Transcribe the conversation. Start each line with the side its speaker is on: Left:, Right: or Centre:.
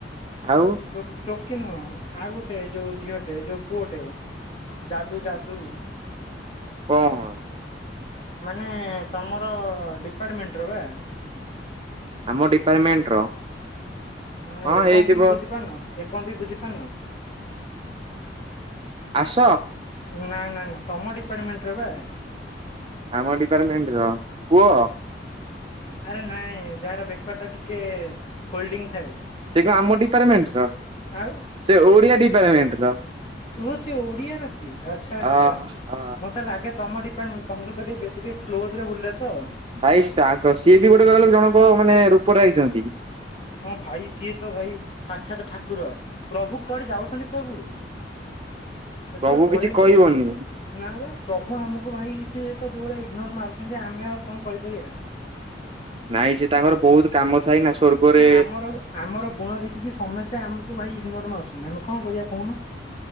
Right: ଆଉ
Left: ଟୋ ଟୋକି ନୁହଁ, ଆଉ ଗୋଟେ ଯୋଉ ଝିଅଟେ ଯୋଉ ପୁଅଟେ ଯାଦୁ ଯାଦୁ।
Right: ହଁ ହଁ।
Left: ମାନେ ତମର ଡିପାର୍ଟମେଣ୍ଟ ର ବା।
Right: ଆମ ଡିପାର୍ଟମେଣ୍ଟ ର?
Left: ନାଇଁ
Right: ହଁ
Left: ଏପର୍ଯ୍ୟନ୍ତ
Right: ହେଇଥିବ
Left: ବି ବୁଝିପାରୁନ ଏପର୍ଯ୍ୟନ୍ତ ବି ବୁଝି ପାରୁନ?
Right: ଆସ
Left: ନା ନା ନା ତମ ଡିପାର୍ଟମେଣ୍ଟ ର ବା।
Right: ଆମ ଡିପାର୍ଟମେଣ୍ଟ ର ପୁଅ
Left: ଆରେ ନାଇଁ ଯାହାର ବେକ ଟା ଟିକେ ଫୋଲଡିଙ୍ଗ ଥାଏ
Right: ସେ କଣ ଆମ ଡିପାର୍ଟମେଣ୍ଟ ର
Left: ଆଉ
Right: ସେ ଓଡ଼ିଆ ଡିପାର୍ଟମେଣ୍ଟର
Left: କୁହ ସେ ଓଡିଆର କି ଆଚ୍ଛା ଆଚ୍ଛା?
Right: ଅ ଅ
Left: ମତେ ଲାଗେ ତମ ଡିପାର୍ଟମେଣ୍ଟ ତମ ସହିତ ଟିକେ ବେଶୀ ଟିକେ କ୍ଲୋଜ୍ ରେ ବୁଲେ ତ।
Right: ଭାଇ ଷ୍ଟାକ ସିଏ ବି ଗୋଟେ କହିଲ ଜଣଙ୍କ ମାନେ ରୂପରେ ଆ।
Left: ହଁ ଭାଇ ସିଏ ତ ଭାଇ ସାକ୍ଷାତ ଠାକୁର ପ୍ରଭୁ କୁଆଡେ ଯାଉଛନ୍ତି ପ୍ରଭୁ? ଦେଖୁଁ
Right: ପ୍ରଭୁ
Left: ପଳେଇଲେ
Right: କିଛି କହିବନି
Left: ନା ବା ପ୍ରଭୁ ଆମକୁ ଭାଇ ସିଏ ତ ଯୋଉ ଭଳିଆ ଇଗ୍ନୋର ମାରୁଛନ୍ତି ଆମେ ଆଉ କଣ କହିପାରିବା?
Right: ନାଇଁ ସିଏ ତାଙ୍କର ବହୁତ କାମ ଥାଇ ନା! ସ୍ଵର୍ଗରେ
Left: ମାନେ ଆମର ଆମର ଗୁଣ ଦେଖିକି ସମସ୍ତେ ଆମକୁ ଭାଇ ଇଗ୍ନୋର ମାରୁଛନ୍ତି ଆମେ କଣ କରିବା କହୁନ?